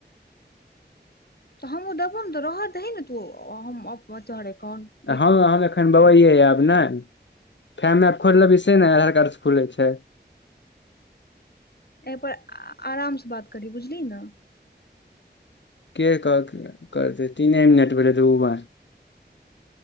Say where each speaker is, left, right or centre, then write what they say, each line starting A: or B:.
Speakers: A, on the left (about 60°); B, on the left (about 85°).
A: त हमूँ देबो ने त रह दी न तू हमहर तोहर अकाउंट
B: ह हम एखन बवेये आब ने फैम एप खोल लेबै से ने आधार कर्ज खुले छै
A: एपर आराम सँ बात करी बुझलिही ने
B: के कहल के करतै तीने मिनट भेलै दू बार